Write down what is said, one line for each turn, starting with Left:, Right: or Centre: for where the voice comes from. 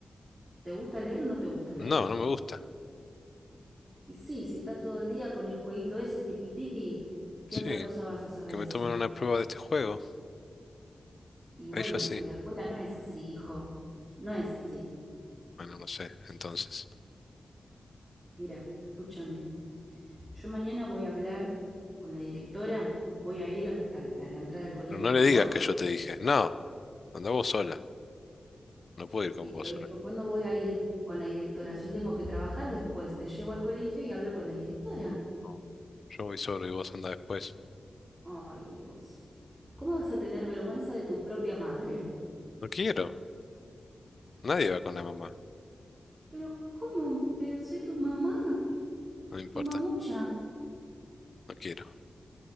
Right: ¿Te gusta leer o no te gusta leer?
Left: No, no me gusta.
Right: Y sí, si estás todo el día con el jueguito ese tiki tiki, ¿qué
Left: Sí,
Right: otra cosa vas a saber
Left: que
Right: hacer?
Left: me tomen una prueba de este juego.
Right: Y bueno,
Left: Ahí yo sí.
Right: pero la escuela no es así, hijo. No es así.
Left: Bueno, no sé, entonces.
Right: Mira, escúchame. Yo mañana voy a hablar con la directora, voy a ir al- a la entrada del colegio
Left: Pero no
Right: con
Left: le digas
Right: vos
Left: que yo te dije. No, anda vos sola. No puedo ir con
Right: Y pero
Left: vos sola.
Right: dijo, ¿cuándo voy a ir con la directora? Yo tengo que trabajar después, te llevo al colegio y hablo con la directora.
Left: Mm, No, yo voy solo y vos anda después.
Right: Ay, Dios. ¿Cómo vas a tener vergüenza de tu propia madre?
Left: No quiero. Nadie va con la mamá.
Right: Pero, ¿cómo? Pero soy tu mamá,
Left: No me importa.
Right: tu mamucha.
Left: No quiero.